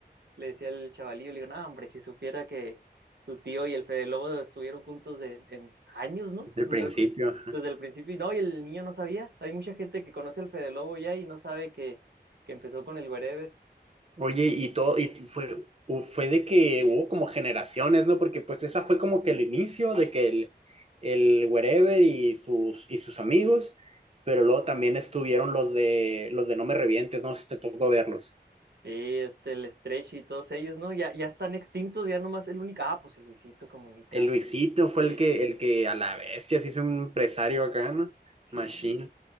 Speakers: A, on the right; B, on the right.
A: Le decía el chavalillo, le digo, no, hombre, si supiera que su tío y el Fede Lobo estuvieron juntos de, en años, ¿no?
B: Del
A: Duraron
B: principio.
A: desde el principio y no, y el niño no sabía. Hay mucha gente que conoce al Fede Lobo ya y no sabe que, que empezó con el Wherever.
B: Oye, y todo, y fue, u- fue de que hubo como generaciones, ¿no? Porque pues esa fue como que el inicio de que el, el Wherever y sus, y sus amigos, pero luego también estuvieron los de, los de No Me Revientes, no sé si te tocó verlos.
A: Sí, este, el Stretch y todos ellos, ¿no? Ya, ya están extintos, ya nomás el único. Ah, pues el Luisito Comunica.
B: El Luisito fue
A: Eh,
B: el que, el que a la bestia se hizo un empresario acá, ¿no?
A: sí,
B: Machine.